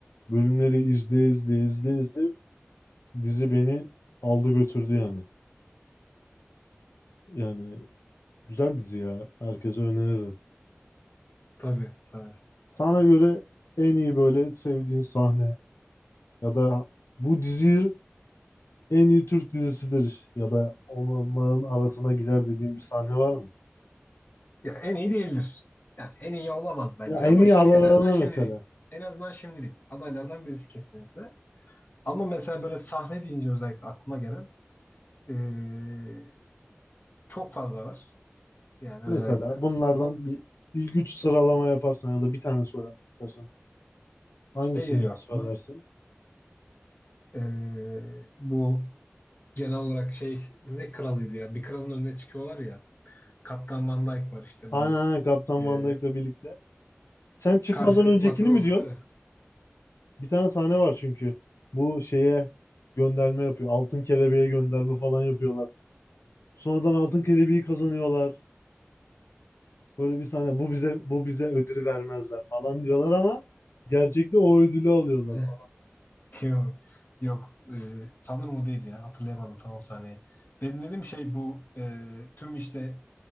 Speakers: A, on the left; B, on the left.
A: bölümleri izleye izleye izleye izleye dizi beni aldı götürdü yani. Yani güzel dizi ya. Herkese öneririm.
B: Tabii, tabii.
A: Sana göre en iyi böyle sevdiğin sahne ya da bu diziyi en iyi Türk dizisidir ya da onların arasına girer dediğim bir sahne var mı?
B: Ya en iyi değildir. Yani en iyi olamaz bence
A: Ya en
B: ama
A: iyi
B: şimdi
A: aralarına
B: en azından şimdilik.
A: mesela.
B: En azından şimdilik. Adaylardan birisi kesinlikle. Ama mesela böyle sahne deyince özellikle aklıma gelen eee, çok fazla var. Yani özellikle.
A: Mesela bunlardan
B: Bu
A: bir ilk üç sıralama yaparsan ya da bir tane söylemek istersen. Hangisini
B: şey geliyor aklıma.
A: söylersin?
B: Eee, bu genel olarak şey ne kralıydı ya? Bir kralın önüne çıkıyorlar ya. Kaptan Van Dyke var işte
A: Aynen
B: bu.
A: aynen Kaptan
B: eee,
A: Van Dyke'le birlikte. Sen çıkmadan
B: karşılıklı
A: öncekini
B: masada
A: mi
B: oturuyor
A: diyorsun?
B: ya.
A: Bir tane sahne var çünkü. Bu şeye gönderme yapıyor. Altın kelebeğe gönderme falan yapıyorlar. Sonradan altın kelebeği kazanıyorlar. Böyle bir sahne bu bize bu bize ödülü vermezler falan diyorlar ama gerçekte o ödülü alıyorlar
B: <laughs>
A: falan.
B: <laughs> Yok, yok. Ee, sanırım o değil ya. Hatırlayamadım tam o sahneyi. Benim dediğim şey bu e, tüm işte